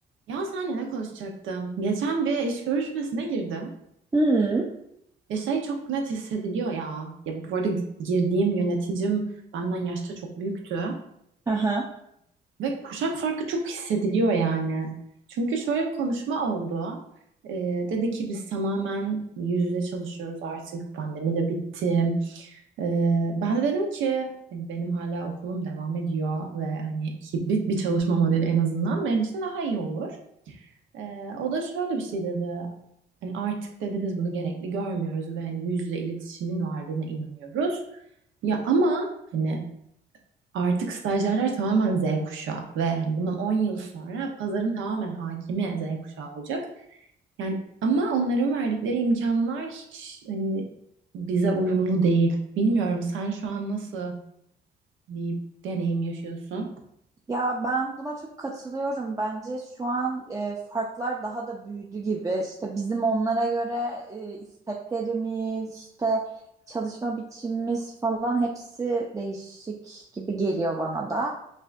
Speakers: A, on the right (about 75°); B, on the right (about 15°).
A: Ya senle ne konuşacaktım? Geçen bir iş görüşmesine girdim.
B: Hı.
A: Ya şey çok net hissediliyor ya. Ya bu arada girdiğim yöneticim benden yaşta çok büyüktü.
B: Aha.
A: Ve kuşak farkı çok hissediliyor yani. Çünkü şöyle bir konuşma oldu. Ee, dedi ki biz tamamen yüz yüze çalışıyoruz artık. Pandemi de bitti. Ee, ben de dedim ki hani benim hala okulum devam ediyor ve hani hibrit bir çalışma modeli en azından benim için daha iyi olur. Ee, o da şöyle bir şey dedi. Hani artık dedi biz bunu gerekli görmüyoruz ve hani yüz yüze iletişimin varlığına inanıyoruz. Ya ama hani artık stajyerler tamamen Z kuşağı ve hani bundan 10 yıl sonra pazarın tamamen hakimi Z kuşağı olacak. Yani ama onların verdikleri imkanlar hiç hani bize uyumlu değil. Bilmiyorum sen şu an nasıl bir deneyim yaşıyorsun?
B: Ya ben buna çok katılıyorum. Bence şu an e, farklar daha da büyüdü gibi. İşte bizim onlara göre e, isteklerimiz, işte çalışma biçimimiz falan hepsi değişik gibi geliyor bana da.